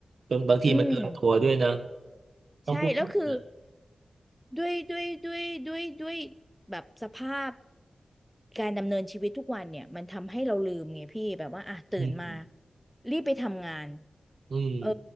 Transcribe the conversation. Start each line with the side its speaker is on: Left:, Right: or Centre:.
Right: จนบางทีมันเกินตัวด้วยนะ
Centre: อืม
Right: ต้องพูดนะ
Centre: ใช่แล้วคือ ด้วยด้วยด้วยด้วยด้วยแบบสภาพการดำเนินชีวิตทุกวันเนี่ยมันทำให้เราลืมไงพี่แบบว่าอ่ะตื่นมา
Right: อืม
Centre: รีบไปทำงาน
Right: อืม
Centre: เออ